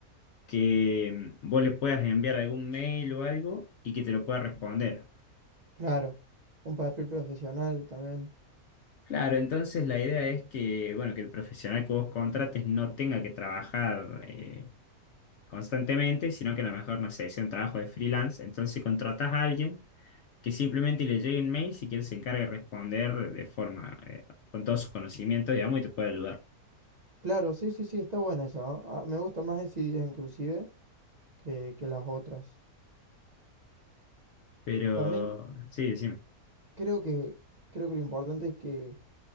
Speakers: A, on the left; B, on the right.
A: que vos le puedas enviar algún mail o algo y que te lo pueda responder.
B: Claro, un perfil profesional también.
A: Claro, entonces la idea es que, bueno, que el profesional que vos contrates no tenga que trabajar eh, constantemente, sino que a lo mejor, no sé, sea un trabajo de freelance. Entonces contratás a alguien que simplemente le llegue un mail si él se encarga de responder de forma, eh, con todos sus conocimientos, digamos, y te puede ayudar.
B: Claro, sí, sí, sí, está buena esa. ¿no? Ah, Me gusta más esa idea inclusive que, que las otras.
A: Pero,
B: También
A: sí, decime.
B: creo que, creo que lo importante es que